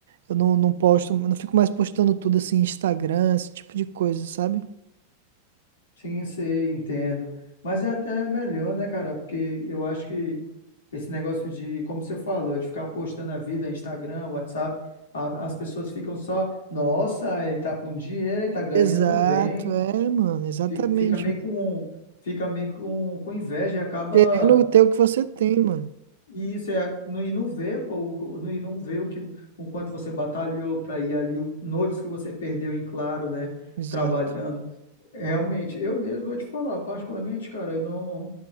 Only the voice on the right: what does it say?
Eu não, não posto, não fico mais postando tudo assim, Instagram, esse tipo de coisa, sabe?
Exato,
é, mano. Exatamente.
mano.
Querendo ter o que você tem, mano.
Exato.